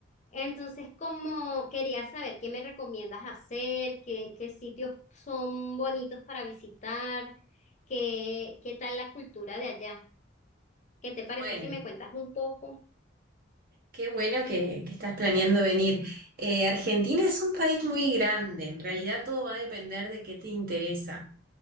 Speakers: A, on the left (about 40°); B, on the right (about 50°).
A: Entonces, como quería saber qué me recomiendas hacer, qué, qué sitios son bonitos para visitar, qué, qué tal la cultura de allá. ¿Qué te parece
B: Bueno,
A: si me cuentas un poco?
B: qué bueno que, que estás planeando venir. Eh, Argentina es un país muy grande, en realidad todo va a depender de qué te interesa.